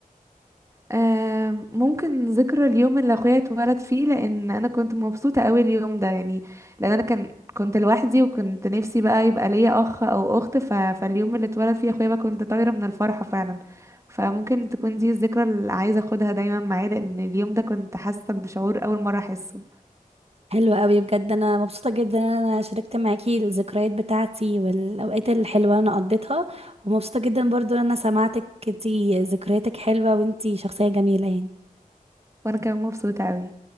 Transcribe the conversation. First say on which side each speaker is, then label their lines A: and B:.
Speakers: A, on the right (about 20°); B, on the right (about 45°).
A: آم، ممكن ذكرى اليوم اللي اخويا اتولد فيه لان انا كنت مبسوطه قوي اليوم ده يعني لان انا كان كنت لوحدي وكنت نفسي بقى يبقى ليا اخ او اخت ف... فاليوم اللي اتولد فيه اخويا بقى كنت طايره من الفرحه فعلا فممكن تكون دي الذكرى اللي عايزه اخدها دايما معايا لان اليوم ده كنت حاسه بشعور اول مره احسه
B: حلو قوي بجد انا مبسوطة جدا ان انا شاركت معاكي الذكريات بتاعتي والاوقات الحلوة اللي انا قضيتها ومبسوطة جدا برضو ان انا سمعتك انتي ذكرياتك حلوة وانتي شخصية جميلة يعني
A: وانا كمان مبسوطه قوي